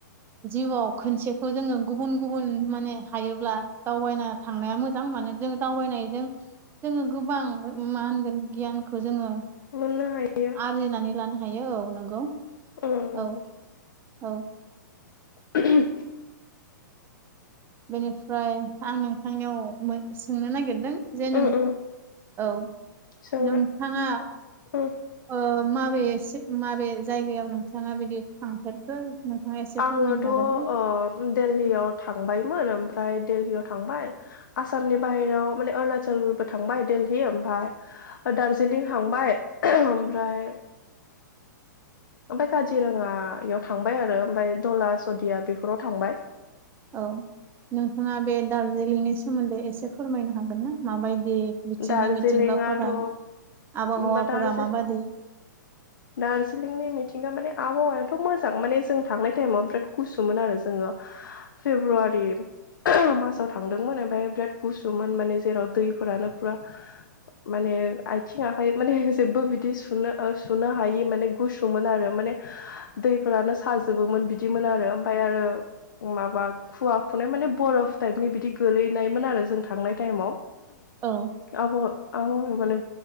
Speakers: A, on the right; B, on the left.
A: जिउआव खनसेखौ जोङो गुबुन गुबुन माने हायोब्ला दावबायना थांनाया मोजां मानो जोङो दावबायनायजों जोङो गोबां मा होनगोन गियानखौ जोङो
B: मोननो हायो।
A: बुजिनानै लानो हायो औ नंगौ
B: उम नंगौ
A: औ औ
B: <unintelligible>
A: बेनिफ्राय आं नोंथांनियाव मोन सोंनो नागिरदों जे
B: उम
A: नों
B: उम
A: औ
B: सोंनो
A: नोंथाङा
B: उम
A: ओ माबेसे माबे जायगायाव नोंथाङा बिदि थांफेरखो नोंथाङा एसे
B: आङोथ'
A: फोरमायनो हागोन ना?
B: दिल्ललिीयाव थांबाय ओमफ्राय दिलीयाव थांबाय आसामनि बाहेरायाव माने अरुणाचलबो थांबाय दिली ओमाय दार्जिलिं थांबाय ओमफ्राय ओमफाय काजिरङायाव थांबाय आरो ओमफफ्राय ला सदिया बेफोराव थांबाय
A: औ नोंथाङा बे दार्जिलिंनि सोमोन्दै एसे फोरमायनो हागोन ना माबायदि बिथिंनि
B: दार्जिलिंआथ'
A: मिथिंगाफोरा आबहावाफोरा
B: बा दार्जि
A: माबादि
B: दार्जिलिंनि मिथिगा मानि आबहावा थ' मोजां माने जों थांनाय टाइमाव बिराद गुसुमोन आरो जोङो फेब्रुवारि मासाव थांदोंमोन ओमफ्राय बिराद गुसुमोन माने जेराव दैफोरानो फुरा माने आथिं आखाइ माने जेबो बिदि सुनो ओ सुनो हायि माने गुसुमोन आरो माने मानि दैफोरानो साजोबोमोन बिदिमोन आरो ओमफाय आरो माबा खुवा खुनाय माने बरफ टाइपनि बिदि गोलैनायमोन आरो जों थांनाय टाइमाव
A: औ
B: आब' आब' माने